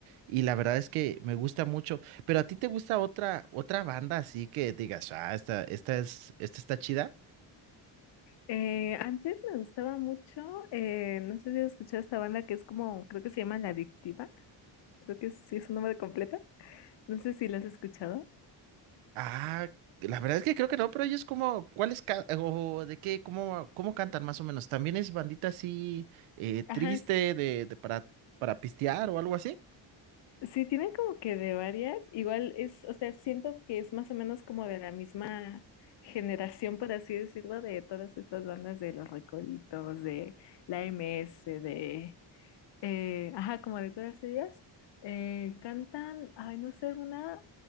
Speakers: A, on the right; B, on the left.
A: Y la verdad es que me gusta mucho. Pero a ti te gusta otra, otra banda así que digas, ah, esta, esta es, esta está chida.
B: Eh, antes me gustaba mucho, eh, no sé si has escuchado esta banda que es como, creo que se llama La Adictiva, creo que sí es su nombre completo, no sé si la has escuchado.
A: Ah, la verdad es que creo que no, pero ellos como, ¿cuáles ca- o de qué, cómo, cómo cantan más o menos? ¿También es bandita así eh, triste
B: Ajá, s-
A: de, de para, para pistear o algo así?
B: sí, tienen como que de varias, igual es, o sea, siento que es más o menos como de la misma generación, por así decirlo, de todas estas bandas de Los Recoditos, de la MS, de, eh, ajá, como de todas ellas. Eh, cantan, ay, no sé, una.